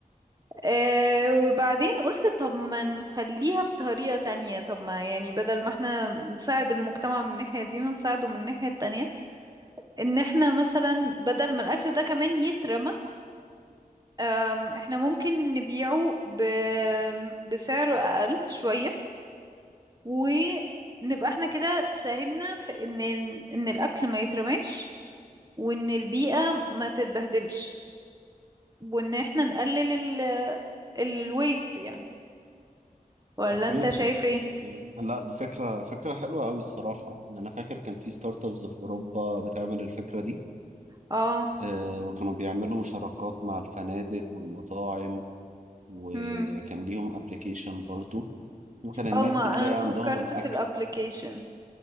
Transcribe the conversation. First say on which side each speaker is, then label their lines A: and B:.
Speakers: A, on the right (about 25°); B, on the right (about 55°).
A: آه وبعدين قلت طب ما نخليها بطريقة تانية طب ما يعني بدل ما احنا نساعد المجتمع من الناحية دي ما نساعده من الناحية التانية ان احنا مثلا بدل ما الاكل ده كمان يترمى أم، احنا ممكن نبيعه ب... بسعر اقل شوية ونبقى احنا كده ساهمنا في ان ان الاكل ما يترماش وان البيئة ما تتبهدلش وان احنا نقلل ال الويست يعني ولا
B: اوكي
A: انت
B: طب
A: شايف ايه
B: إيه، لا دي فكره فكره حلوه قوي الصراحه ان انا فاكر كان في ستارت ابس في اوروبا بتعمل الفكره دي
A: اه
B: آه وكانوا بيعملوا شراكات مع الفنادق والمطاعم وكان
A: امم
B: ليهم ابلكيشن برضو وكان الناس
A: او ما
B: بتلاقي
A: انا فكرت
B: عندهم الاكل
A: في الابلكيشن